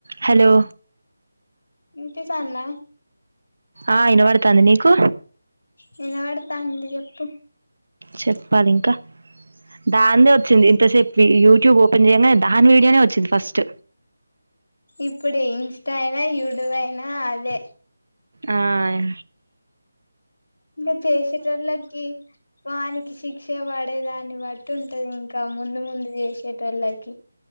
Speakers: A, on the right; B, on the left.
A: Hollow
B: ఇంటి కాన్న
A: ఆహ్ ఇన పడ్తంది నీకు
B: నినబడ్తంది చెప్పు
A: చెప్పాలి ఇంకా దానిదే వచ్చింది ఇంతసేపు యూట్యూబ్ ఓపెన్ చేయంగానే దానీ వీడియోనే వచ్చి ఫస్ట్
B: ఇప్పుడు ఇన్స్టా ఐన యూట్యూబ్ ఐనా అదే
A: అయ్
B: ఇంగ చేసేట్టోళ్లకి వాని శిక్ష పడే దాన్ని బట్టి ఉంటదికా ముందు ముందు చేసేటోళ్ళకి